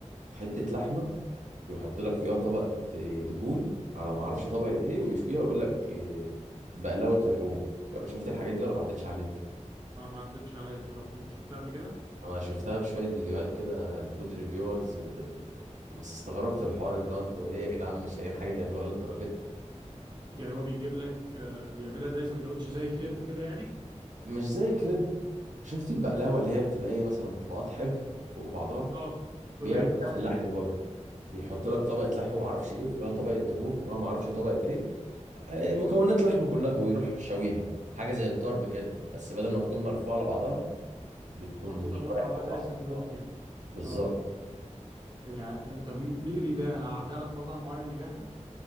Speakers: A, on the right; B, on the right.
A: حته لحمه ويحط لك فيها طبقه آه، دهون على ما اعرفش طبقه ايه ويشويها ويقول لك آه، بقلاوه لحوم جر- شفت الحاجات دي ولا ما عدتش عليك
B: ما ما عدتش عليا بصراحه انت شفتها قبل كده
A: انا شفتها في شويه فيديوهات كده الفود ريفيورز بس استغربت الحوار اللي هو انتوا ايه يا جدعان مش لاقيين حاجه تعملوها للدرجه دي
B: يعني هو بيجيب لك آه، بيعملها زي سندوتش زي كريب كده يعني
A: مش زي كريب شفت البقلاوه اللي هي بتبقى ايه مثلا طبقات حلو فوق بعضها
B: اه واللي
A: بيعمل
B: هي بتتحط
A: كده في اللحمه برضه بيحط لك طبقه لحمه ما اعرفش ايه وفوقها طبقه دهون فوقها ما اعرفش طبقه ايه آه، مكونات لحمه كلها ويروح شويها حاجه زي الطرب كده بس بدل ما تكون ملفوعه على بعضها بتكون
B: محطوطه
A: شرايح
B: فوق بعضها
A: فوق
B: زي السندوتش
A: بعضها آه،
B: يعني
A: بالظبط
B: اه اه يعني ع- طب مين اللي بيبيعها تعرف مطعم معين بيبيعها